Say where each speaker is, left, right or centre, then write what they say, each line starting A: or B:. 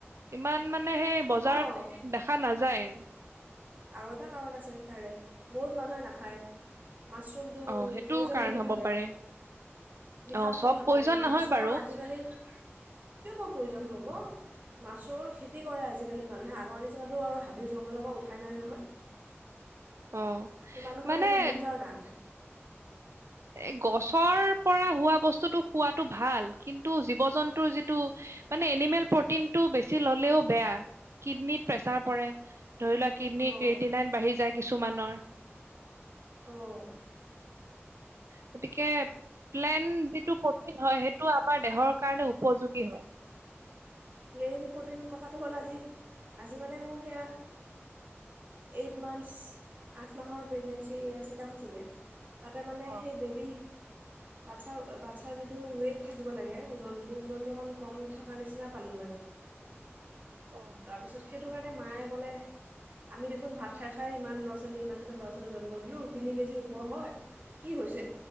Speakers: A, on the right; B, on the right.
A: ইমান মানে মানে সেই বজাৰত
B: অঁ
A: দেখা নাযায়।
B: আৰু এটা কাৰণ আছে তাৰে, বহুত মানুহে নাখায়। মাচৰুমটো
A: অ সেইটো
B: পইজন
A: কাৰণ
B: বুলি
A: হ'ব
B: ভাবে,
A: পাৰে
B: বিষাক্ত
A: অ চব
B: ভাবে।
A: প্ৰয়োজন নহয়
B: মাছৰুমৰ
A: বাৰু
B: আজিকালি, কিয় বা পইজন হ'ব! অঁ, মা মাচৰুমৰ‌ খেতি কৰে আজিকালি। মানুহে আগৰ নিচিনাতো আৰু হাবি-জংঘলৰ পৰা উঠাই <unintelligible> নহয়
A: অ',
B: মানুহৰ
A: মানে
B: সেইটো ভুল ধাৰণা
A: এ গছৰ পৰা হোৱা বস্তুটো খোৱাতো ভাল, কিন্তু জন্তুৰ যিটো, মানে এনিমেল প্ৰ প্ৰটিনটো বেছি ল'লেও বেয়া, কিডনীত প্ৰেচাৰ পৰে। ধৰি লোৱা কিডনী
B: অঁ
A: ক্ৰেটিনাইন বাঢ়ি যায় কিছুমানৰ।
B: অ'।
A: গতিকে প্লেন্ট যিটো প্ৰ হয় সেইটো আমাৰ দেহৰ কাৰণে উপযোগী হয়।
B: প্লেন্ট প্ৰটিন কথাটো হ'ল আজি, আজি মানে মোৰ সেয়া, এইট মান্থছ, আঠ মাহৰ প্ৰেগনেঞ্চি চেকআপ আছিলে। তাতে মানে
A: অ
B: সেই বেবী বাচ্ছাৰ, বাচ্ছাৰ যিটো ৱেইট থাকিব লাগে ওজনটো ওজনটো অকণ কম থকাৰ নিচিনা পালো মানে,
A: অ
B: তাৰপিছত সেইটো মানে‌ মায়ে ক'লে, আমি দেখোন ভাত খাই খায়ে ইমান‌ ল'ৰা ছোৱালী, ইমানকেইটা ল'ৰা ছোৱালী জন্ম দিলোঁ, তিনি কে‌ জি ওপৰ‌ হয়, কি হৈছে